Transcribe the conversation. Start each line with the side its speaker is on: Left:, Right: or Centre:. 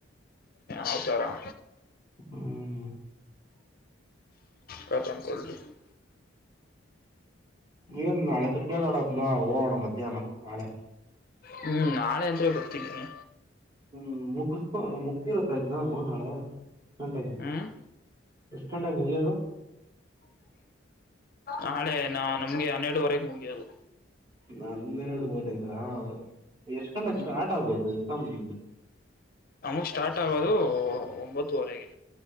Left: ಯಾವತಾರಾ.
Right: ಹ್ಮ್.
Left: ಕಟನ್ಕಲಿ <inaudible>
Right: ಏನ್ ನಾಳೆ ಕರ್ಕ ಅಡಂಬಾ ಹೋಗಣ ಮಧ್ಯಾಹ್ನ ನಾಳೆ.
Left: ಹ್ಮ್ ನಾಳೆ ಅಂದ್ರೆ ಗರ್ತೀಿನಿ.
Right: ಹ್ಮ್ ಮುಗಸ್ಕೊ ಮುಗ್ದಿರತ್ತ ಎಕ್ಸಾಮು ನಾಳೆ. ಎಷ್ಟ ಗಂಟೆಗೆ
Left: ಹ್ಮ್
Right: ಎಷ್ಟ ಗಂಟೆಗೆ ಮುಗಿಯೋದು.
Left: ಒಂದು ದೆ. ನಾಳೆ ನಾನಮ್ನಿ ಹನ್ನೆರಡುವರೆಗೆ ಮುಗಿಯೋದು.
Right: ಹನ್ನೆರಡು ಮೂರ್ತಾ ಇದಾ ಎಷ್ಟ್ ಗಂಟೇಕ್
Left: ಹ್ಮ್
Right: ಸ್ಟಾರ್ಟ್ ಆಗೋದು ಎಕ್ಸಾಮ್ ನಿಮ್ಮದು.
Left: ನಮಗ ಸ್ಟಾರ್ಟ್ ಆಗೋದು ಒಂಬತ್ತುವರೆಗೆ.